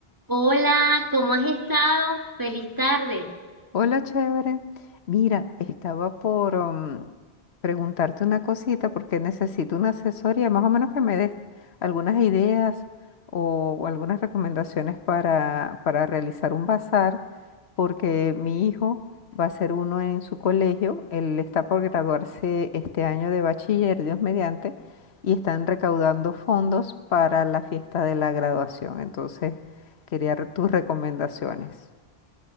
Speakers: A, on the right; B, on the left.
A: Hola, ¿cómo has estado? Feliz tarde.
B: Hola, chévere. Mira, estaba por um, preguntarte una cosita porque necesito una asesoría, más o menos que me des algunas ideas o, o algunas recomendaciones para, para realizar un bazar, porque mi hijo va a hacer uno en su colegio, él está por graduarse este año de bachiller, Dios mediante, y están recaudando fondos para la fiesta de la graduación. Entonces, quería re- tus recomendaciones.